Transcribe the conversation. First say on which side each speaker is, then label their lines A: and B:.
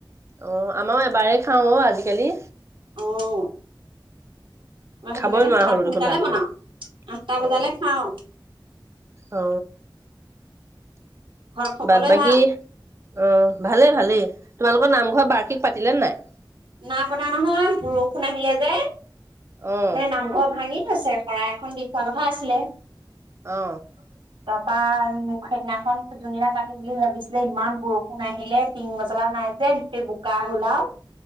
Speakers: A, on the right (about 35°); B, on the right (about 75°).
A: অ আমাৰও এবাৰে খাও অ আজিকালি
B: আহ তাৰ সেইটো
A: খাবই
B: কাৰণে
A: নোৱাৰা
B: ভাত
A: হলো
B: সোনকালে
A: দেখোন
B: বনাও
A: পানী।
B: আঠটা বজালে
A: অ
B: খাও
A: অ
B: ঘৰত সকলোৱে
A: বাদ বাকী
B: ভাল
A: অ ভালে ভালেই তোমালোকৰ নাম ঘৰত বাৰ্ষিক পাতিলে নাই
B: না কতা নহয় বৰষুণ আহিলে যে
A: অ
B: মানে নামঘৰ ভাঙি থৈছে । শৰাই এখন দি থোৱা কথা আছিলে ।
A: অ
B: তাৰপা মোক সেইদিনাখন যোনদিনা পাতিম বুলি ভাবিছিলে ইমান বৰষুণ নাহিলে পিং মজলা নাই যে গোটেই বু কা হলা